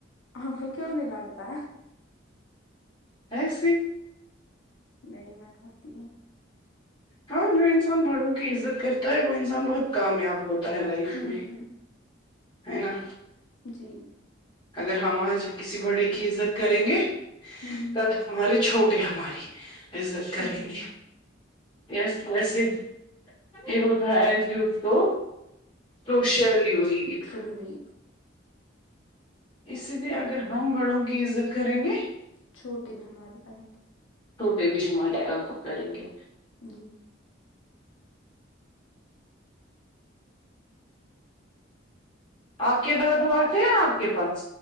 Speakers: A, on the left; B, on the left.
A: آپکو کیوں نہیں لگتا ہے
B: ایسے ہی
A: نہیں میں کرتی ہوں
B: ہاں جو انسان بڑوں کی عزت کرتا ہے وہ انسان بہت کامیاب ہو تا ہے لائف
A: ہوں
B: میں ہے نا
A: جی
B: اگر ہم آج کسی بڑی کی عزت کریں گے
A: ہوں
B: کل ہمار چھوٹے ہماری عزت کریں
A: جی
B: گے گیس ویسے کیوں ہوتا ہے ہس بھی اس کو سوشل یور ک
A: وریپ
B: اسی لیے اگر ہم بڑوں کی عزت کریں گے
A: چھوٹے بھی ہماری کریں گے
B: چھوٹے بھی ہمارے کام کریں گے
A: جی
B: آپ کے دادو آے تھے آپ کے پاس